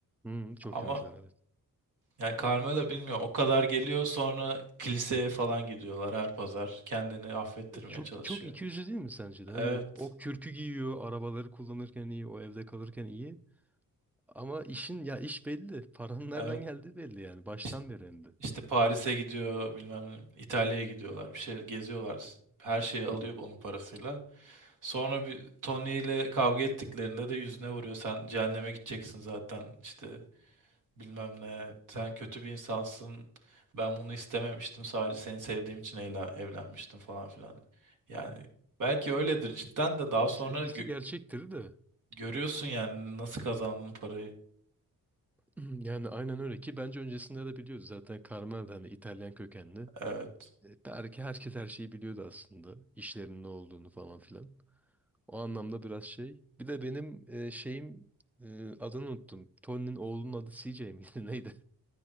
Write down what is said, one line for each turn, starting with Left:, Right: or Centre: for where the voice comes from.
Centre: Hı, çok
Right: Ama
Centre: iyi oyuncular evet.
Right: yani Carmelo bilmiyorum o kadar geliyor sonra kiliseye falan gidiyorlar her pazar. Kendini affettirmeye
Centre: E, Çok
Right: çalışıyor.
Centre: çok ikiyüzlü değil mi sence de? Hani
Right: Evet.
Centre: o kürkü giyiyor, arabaları kullanırken iyi, o evde kalırken iyi. Ama işin ya iş belli. Paranın <laughs> nereden
Right: Evet.
Centre: geldiği belli yani. Baştan
Right: İşte,
Centre: beri hem de.
Right: işte Paris'e gidiyor bilmem ne, İtalya'ya gidiyorlar bir şey geziyorlar. Her şeyi alıyor
Centre: Hı hı.
Right: onun parasıyla. Sonra bir Tony ile kavga ettiklerinde de yüzüne vuruyor. Sen cehenneme gideceksin zaten işte bilmem ne sen kötü bir insansın ben bunu istememiştim sadece seni sevdiğim için evlen evlenmiştim falan filan. Yani belki öyledir cidden de daha sonra
Centre: Sevgisi
Right: gö-
Centre: gerçektir de. <clears throat>
Right: görüyorsun yani nasıl kazandığın parayı.
Centre: Yani aynen öyle ki bence öncesinde de biliyordu zaten Carmel de hani İtalyan kökenli.
Right: Evet
Centre: E, Belki herkes her şeyi biliyordu aslında. İşlerin ne olduğunu falan filan. O anlamda biraz şey. Bir de benim e, şeyim e, adını unuttum. Tony'nin oğlunun adı CJ miydi <laughs> neydi?